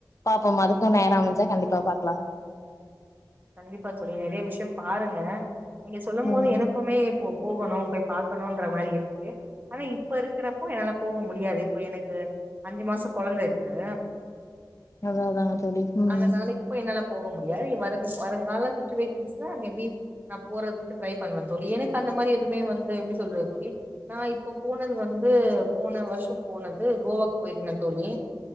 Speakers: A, on the left; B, on the right.
A: பாப்போம் அதுக்கும் நேர அமஞ்சா கண்டிப்பா பாக்லா
B: கண்டிப்பா தோழி நெறைய விஷ்யோம் பாருங்க நீங்க சொல்லும்
A: ம்
B: போது எனக்குமே இப்போ போகணு இப்ப பாக்கனுன்ற மாரி இருக்கு ஆனா இப்ப இருக்றப்போ என்னால போக முடியாது இப்ப எனக்கு அஞ்சு மாச கொழந்த இருக்கு
A: அதான் அதாங்க தோழி ம்
B: அதனால இப்ப என்னால போவ முடியாது இ வரு வருங்கால சுச்சுவேஷன்சு மேபி நா போறதுக்கு ட்ரை பண்ணுவே தோழி எனக்கு அந்த மாரி எதுவுமே வந்து எப்டி சொல்றது தோழி நா இப்போ போனது வந்து போன வர்ஷோ போனது கோவாக்கு போயிருந்த தோழி ஏ